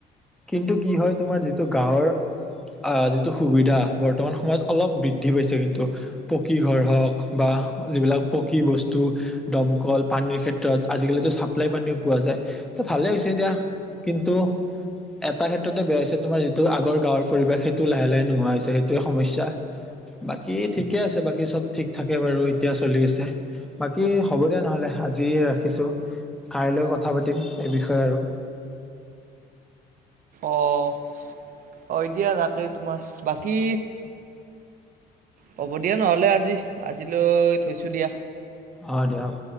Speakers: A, in the centre; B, on the right (about 55°).
A: কিন্তু, কি হয় তোমাৰ, যিটো গাঁৱৰ আঁ যিটো সুবিধা, বৰ্তমান সময়ত, অলপ বৃদ্ধি পাইছে, কিন্তু। পকী ঘৰ হওঁক বা যিবিলাক পকী বস্তু দমকল পানীৰ ক্ষেত্ৰত, আজিকালিতো, চাপ্লাই পানীও পোৱা যায়। ত' ভালে হৈছে দিয়া। কিন্তু, এটা ক্ষেত্ৰতে বেয়া হৈছে। এইটো, তোমাৰ যিটো, আগৰ গাঁৱৰ পৰিৱেশ, সেইটো লাহে-লাহে নোহোৱা হৈছে। সেইটোৱে, সমস্যা। বাকী, ঠিকে আছে। বাকী চব, ঠিক থাকে বাৰু। এতিয়া, চলি আছে। বাকী, হ'ব দে নহ'লে, আজি ৰাখিছোঁ। কাইলৈ কথা পাতিম, এই বিষয়ে আৰু।
B: অ'! হয়, দিয়া। তাকেই, তোমাৰ বাকী হ'ব দিয়া, নহ'লে আজি। আজিলৈ থৈছোঁ দিয়া।
A: অ'! দিয়া হ'ব।